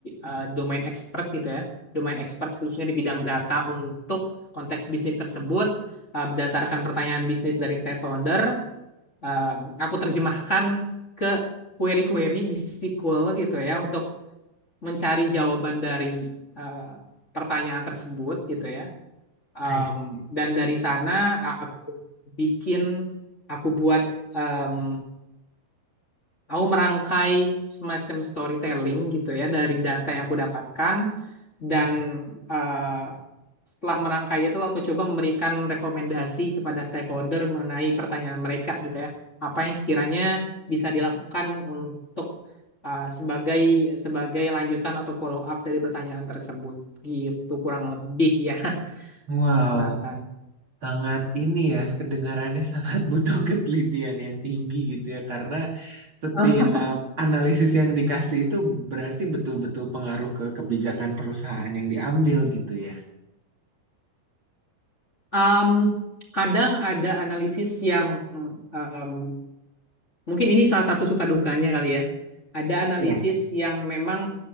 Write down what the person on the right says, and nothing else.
I see.
Wow.
sangat ini ya kedengarannya sangat <laughs> butuh ketelitian yang tinggi gitu ya karena setiap
analisis yang dikasih itu berarti betul-betul pengaruh ke kebijakan perusahaan yang diambil gitu ya.
Iya.